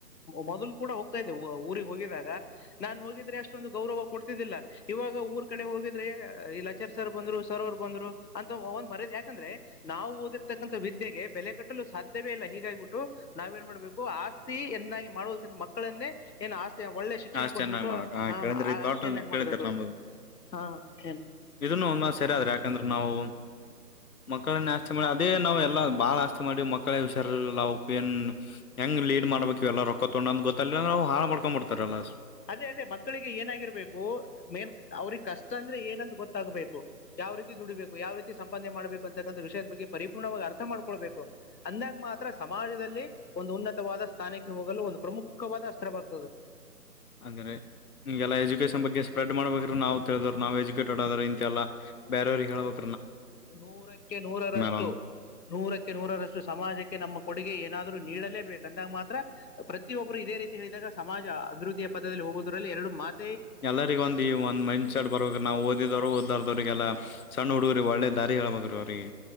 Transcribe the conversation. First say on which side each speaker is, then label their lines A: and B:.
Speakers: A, on the left (about 80°); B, on the left (about 60°).
A: ಮೊದಲು ಕೂಡ ಹೋಗ್ತಾ ಇದ್ದೆ ಊರಿಗೆ ಹೋಗಿದಾಗ ನಾನು ಹೋಗಿದ್ರೆ ಅಷ್ಟೊಂದು ಗೌರವ ಕೂಡ ಿಲ್ಲ ಇವಾಗ ಊರ್ ಕಡೆ ಹೋಗಿದ್ರೆ ಇ ಲಾಚಾರ್ ಸರ್ ಬಂದ್ರು ಸರ್ ಅವರು ಬಂದ್ರು ಅಂತ ಒಂದ್ ಮರ ಯಾಕಂದ್ರೆ ನಾವು ಓದಿರ್ತಕ್ಕಂತ ವಿದ್ಯೆಗೆ ಬೆಲೆ ಕಟ್ಟಲು ಸಾಧ್ಯವೇ ಇಲ್ಲ ಹೀಗಾಗಿಬಿಟ್ಟು ನಾವ್ ಏನ್ ಮಾಡ್ಬೇಕು ಆಸ್ತಿಿಯನ್ನಾಗಿ ಮಾಡುವುದಕ್ಕಿಂತ ಮಕ್ಕಳನ್ನೇ ಏನು ಆಸ್ತಿ ಒಳ್ಳೆ ಶಿಕ್ಷಣ
B: ಅಷ್ಟ್
A: ಕೊಟ್ಬಿಟ್ಟು
B: ಚೆನ್ನಾಗಿ ಮಾಡಕ್ ಹಾ
A: ಹ
B: ಕೇಳಿದ್ರಿ
A: ಆಸ್ತತಿಿಯನ್ನಾಗಿ
B: ತೋಟ ಕೇಳಿದ್ರ
A: ಮಾಡ್ಬೇಕು
B: ನಮ್ದು
A: ಹಾ ಏನ್
B: ಇದನ್ನು ಒ ಸರಿಆದ್ರೆ ಯಾಕಂದ್ರೆ ನಾವು
A: <inaudible>
B: ಮಕ್ಕಳನ್ನ ಆಸ್ತಿ ಮಾಡಿ ಅದೇ ನಾವ್ ಎಲ್ಲಾ ಬಾಳ ಆಸ್ತಿ ಮಾಡಿವಿ ಮಕ್ಕಳ ಹಷಾರ ಏನ್ ಹೆಂಗ್ ೇಡ್ ಮಾಡ್ಬೇಕು ಎಲ್ಲ ರೊ ತೊೊಂಡಂದು ಗೊ ಅಿಲ್ಲಂದ್ರ ನಾ ಹಾಳ ಮಾಡ್ಕೊಂಡಂಬಡ್ತಾರಲ್ಲ
A: ಅದೇ ಅದೇ ಮಕ್ಕಳಿಗೆ ಏನಾಗಿರ್ಬೇಕು ಮೇನ್ ಅವ್ರಿಗೆ ಕಷ್ಟ ಅಂದ್ರೆ ಏನಂದು ಗೊತ್ತಾಗಬೇಕು ಯಾವ ರೀತಿ ದುಡಿಬೇಕು ಯಾವ ರೀತಿ ಸಂಪಾದನೆ ಮಾಡ್ಬೇಕು ಅಂತಕ್ಕಂಥ ವಿಷಯದ ಬಗ್ಗೆ ಪರಿಪೂರ್ಣವಾಗಿ ಅರ್ಥ ಮಾಡ್ಕಳ್ಬೇಕು ಅಂದಂಗ ಮಾತ್ರ ಸಮಾಜದಲ್ಲಿ ಒಂದು ಉನ್ನತವಾದ ಸ್ಥಾನಕ್ಕೆ ಹೋಗಲು ಒಂದು ಪ್ರಮುಖವಾದ ಅಸ್ತ್ರವಾಗಗ್ತದೆ
B: ಆದ್ರೆಗೆಲ್ಲ ಎಜುಕೇಶನ್ ಬಗ್ಗೆ ಸ್ಪ್ರೆಡ್ ಮಾಡ್ಬೇಕ್ರ ನಾ್ ತಿಳಿದ್ ನಾವ್ ಎಜು ಕಿಕೆಟ್ ಆಡೋದ್ರ ಇಂತೆ ಎಲ್ಲ ಬೇರೆಯವ್ರಿಗೆ ಹೇಳಬಬೇಕು
A: ನೂರಕ್ಕೆ ನೂರರಷ್ಟು
B: ಒಂದ್
A: ನೂರಕ್ಕೆ ನೂರರಷ್ಟು ಸಮಾಜಕ್ಕೆ ನಮ್ಮ ಕೊಡುಗೆ ಏನಾದರು ನೀಡಲೇಬೇಕು ಅಂದಾಗ ಮಾತ್ರ ಪ್ರತಿಯೊಬ್ಬರು ಇದೇ ರೀತಿ ಹೇಳಿದಾಗ ಸಮಾಜ ಅಭಿವೃದ್ಧಿಯ ಪದದಲ್ಲಿ ಹೋಗುವುದರಲ್ಲಿ ಎರಡು ಮಾತ್ರ
B: ಎಲ್ಲರಿಗ ಒಂದ ಈ ಒಂದ ಮೈಂಡ್ ಸೆಟ್ ಬರಬೇಕ ನಾವು ಓದಿದರು ಓದ ಲಾದೊರು ಅವ್ರರಿಗೆಲ್ಲ ಸಣ್ಣ ಹುಡುಗ್ರಿ ಒಳ್ಳೆ ದಾರಿ ಹೇಳೇಳ್ಬೇಕ್ರಿ ಅವ್ರಿಗೆ